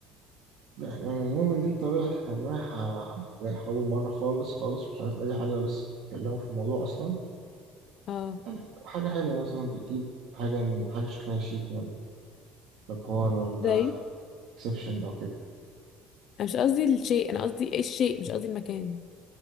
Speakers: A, on the right; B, on the left.
A: لا يعني يوم اللي انت رايح رايح رايح اول مره خالص خالص مش عارف اي حاجه ولسه بتتكلموا في الموضوع اصلا
B: اه
A: يعني بتبقى حاجه حلوه مثلا بتجيب حاجه من حاجه شكلها شيك من بابار ولا
B: زي
A: اكسبشن او كده
B: أنا مش قصدي الشيء أنا قصدي ايه الشيء مش قصدي المكان